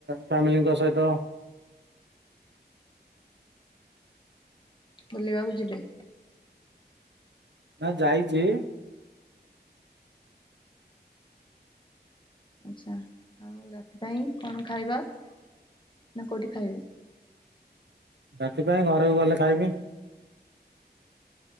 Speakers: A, on the right (about 80°); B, on the left (about 25°).
A: ଫ୍ୟାମିଲିଙ୍କ ସହିତ
B: ବୁଲିବାକୁ ଯିବେ।
A: ନାଁ ଯାଇଛି।
B: ଆଚ୍ଛା ଆଉ ରାତି ପାଇଁ କଣ ଖାଇବା ନା କୋଉଠି ଖାଇବେ?
A: ରାତି ପାଇଁ ଘରକୁ ଗଲେ ଖାଇବି।